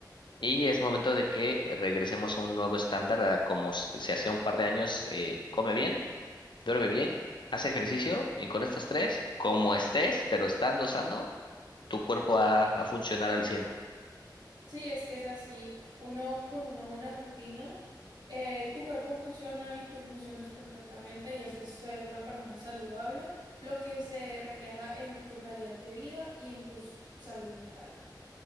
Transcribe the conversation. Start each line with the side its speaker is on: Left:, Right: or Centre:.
Left: Y es momento de que eh, regresemos a un nuevo estándar, a como s- se hacía un par de años, eh, come bien, duerme bien, haz ejercicio y con estas tres, como estés, pero estando sano, tu cuerpo va a funcionar al cien
Right: Sí, es que es así. Uno con una buena rutina, eh, tu cuerpo funciona y tú funcionas perfectamente y haces ser una persona saludable, lo que se refleja en tu calidad de vida y en tu s- salud mental.